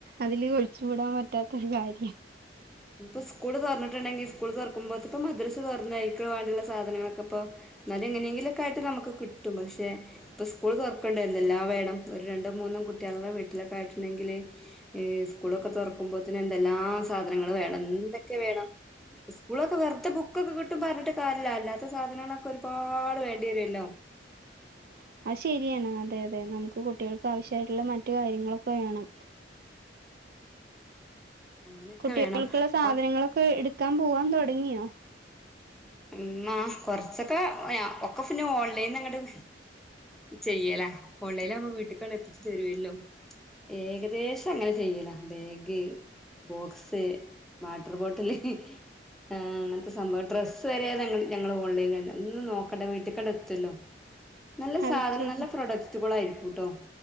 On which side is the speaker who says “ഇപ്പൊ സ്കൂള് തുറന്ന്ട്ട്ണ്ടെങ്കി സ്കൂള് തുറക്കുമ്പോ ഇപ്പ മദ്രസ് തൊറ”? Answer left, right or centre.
Centre